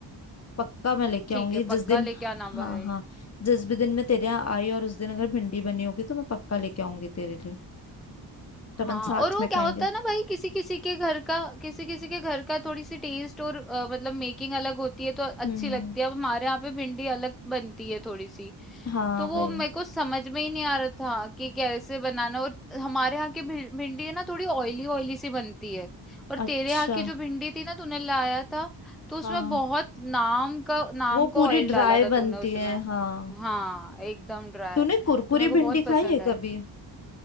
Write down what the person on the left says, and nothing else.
पक्का मैं लेके
आऊंगी
जिस दिन
हाँ
हाँ जिस भी दिन मैं तेरे यहाँ आई और उस दिन अगर भिंडी बनी होगी तो मैं पक्का लेके आऊंगी तेरे लिए तो
अपन साथ
में
खाएंगे
हम्म
हाँ
भाई
अच्छा
हाँ
वो पूरी
ड्राई
बनती
है हाँ
तूने कुरकुरी
भिंडी
खाई है
कभी